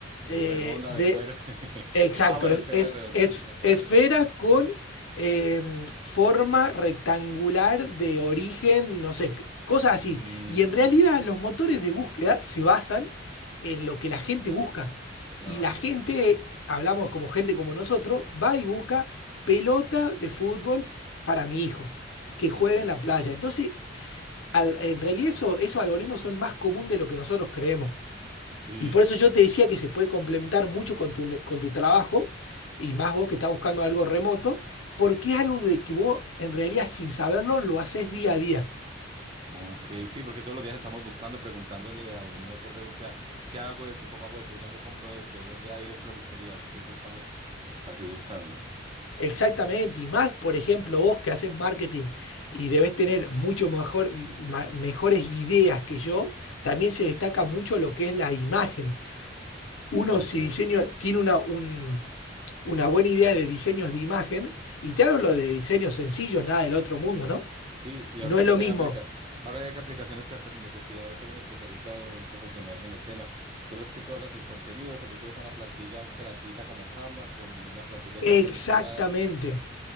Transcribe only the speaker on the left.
eh, de
Exacto,
es,
es-
es-
esfera
con eh, forma rectangular de origen, no sé, c- cosas así.
Y en
realidad los motores de búsqueda se basan en lo que la gente busca.
Y la gente, hablamos como gente como nosotros, va y busca pelota de fútbol para mi hijo, que juegue
en la playa. Entonces, al- en realidad eso- esos algoritmos son más común de lo que nosotros creemos.
Y por eso yo te decía que se puede complementar mucho con tu, ne- con tu trabajo, y más vos que estás buscando algo remoto, porque es algo de que vos en realidad sin saberlo lo haces día a día.
Exactamente, y más, por ejemplo, vos que haces marketing y debes tener mucho mejor, ma- mejores ideas que yo, también se destaca mucho lo que es la imagen. Uno
si diseño, tiene una, un- una buena idea de diseños de imagen, y te hablo de
diseños sencillos, nada del otro mundo, ¿no?
No
es
lo mismo
Exactamente,